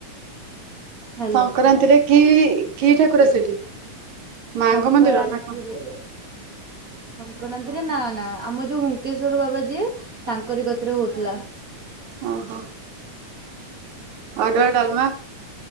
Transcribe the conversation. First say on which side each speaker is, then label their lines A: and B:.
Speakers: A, on the right (about 40°); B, on the right (about 65°).
A: ହ୍ୟାଲୋ
B: ସଂକ୍ରାନ୍ତିରେ କି କି ଠାକୁର ସେଠି? ମାଙ୍କ
A: ସଂକରାନ୍ତି
B: ମନ୍ଦିର ନା କଣ
A: ରେ ସଂକ୍ରାନ୍ତିରେ ନା ନା ଆମ ଯୋଉ ହୁକେଶ୍ଵର ବାବା ଯିଏ ତାଙ୍କରି କତିରେ ହଉଥିଲା।
B: ଅ ହୋ। ଅରୁଆ ଡଲମା।